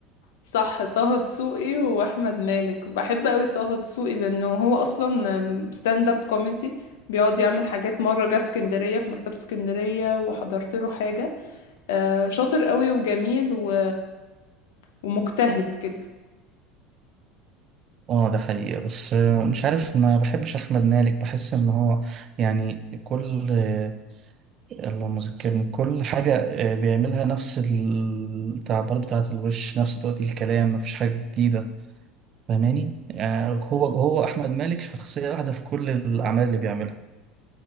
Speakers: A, on the left (about 85°); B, on the right (about 40°).
A: صح طه دسوقي واحمد مالك بحب قوي طه دسوقي لانه هو اصلا ستاند اب كوميدي بيقعد يعمل حاجات مره جه اسكندريه في مكتبه اسكندريه وحضرت له حاجه آه، شاطر قوي وجميل و... ومجتهد كده
B: اه ده حقيقة بس آه، مش عارف ما بحبش أحمد مالك بحس إن هو يعني كل آه، اللهم ذكرني كل حاجة آه، بيعملها نفس التعبيرات بتاعة الوش نفس طريقة الكلام مفيش حاجة جديدة فاهماني يعني هو هو أحمد مالك شخصية واحدة في كل الأعمال اللي بيعملها